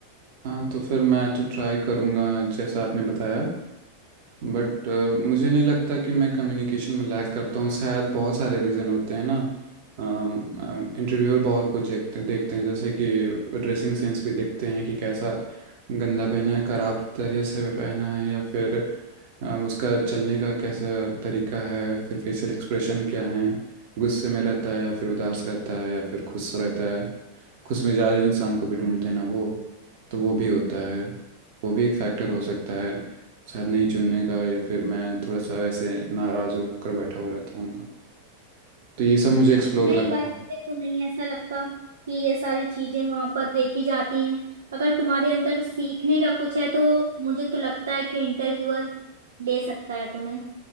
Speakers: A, on the right; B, on the right.
A: हाँ तो फिर मैं तो ट्राई करूँगा जैसा आपने बताया बट मुझे नहीं लगता कि मैं कम्युनिकेशन में लैग करता हूँ शायद बहुत सारे रीज़न होते हैं ना इंटरव्यूअर बहुत कुछ देखते देखते हैं जैसे कि ड्रेसिंग सेंस भी देखते हैं कि कैसा गंदा पहना है खराब तरह से पहना है या फिर अ, उसका चलने का कैसा तरीका है फिर फेशियल एक्सप्रेशन क्या है गुस्से में रहता है या फिर उदास रहता है या फिर खुश रहता है खुश मिजाज इंसान को भी ढूंढते हैं ना वो तो वो भी होता है वो भी एक फैक्टर हो सकता है शायद नहीं चुनने का या फिर मैं थोड़ा सा ऐसे नाराज होकर बैठा हुआ रहता हूँ तो ये सब मुझे एक्सप्लोर
B: नहीं
A: कर
B: भाई मुझे तो नहीं ऐसा लगता कि ये सारी चीजें वहां पर देखी जाती हैं अगर तुम्हारे अंदर सीखने का कुछ है तो वो मुझे तो लगता है कि इंटरव्यूअर ले सकता है तुम्हें